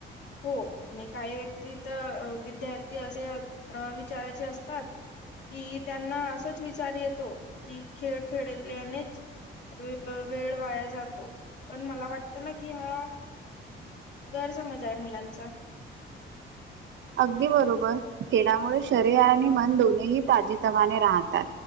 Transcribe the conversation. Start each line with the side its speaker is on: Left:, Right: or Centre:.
Left: हो आणि काही व्यक्ती तर विद्यार्थी असे विचारायचे असतात कि त्यांना असंच विचार येतो की खेळ खेळल्यानेच वेळ वाया जातो पण मला वाटतं ना कि हा गैर समजा आहे मुलांचा
Right: अगदी बरोबर खेळामुळे शरीर आणि मन दोन्ही ताजेतवाने राहतात.